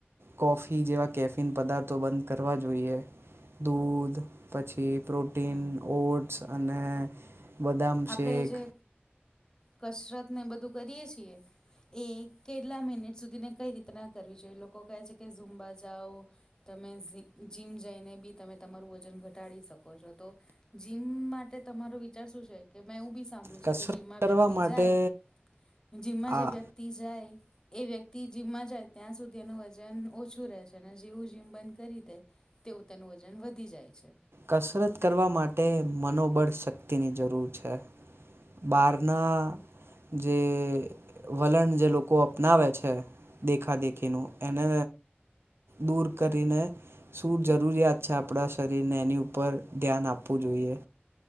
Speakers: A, on the right; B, on the left.
A: કોફી જેવા કેફિન પદાર્થો બંધ કરવા જોઈએ. દૂધ પછી પ્રોટીન
B: હમ
A: ઓટ્સ અને બદામ શેક
B: આપડણે જે કસરત ને બધું કરીએ છીએ. એ કેટલા મિનિટ સુધી ને કઈ રીતના કરવી જોઈએ? લોકો કહે છે કે ઝુંમબા જાઓ. તમે જીમ જઈને બી તમે તમારું વજન ઘટાડી શકો છો. તો જીમમાં માટે તમારો વિચાર શું છે? કે મેં એવ બી સાંભળ્યું
A: કસરત
B: છે કે જીમમાં વ્યક્તિ
A: કરવા માટે
B: જાય જીમમાં જે
A: આ
B: વ્યક્તિ જાય એ વ્યક્તિ જીમમાં જાય ત્યાં સુધી એનું વજન ઓછું રહે છે અને જેવું જીમ બંધ કરી દે તેવું તેનું વજન વધી જાય છે.
A: કસરત કરવા માટે મનોબળ શક્તિની જરૂર છે. બારના જે વલણ જે લોકો અપનાવે છે. દેખા દેખીનું એને દૂર કરીને શું જરૂરિયાત છે આપણા શરીરને ઉપર ધ્યાન આપવું જોઈએ.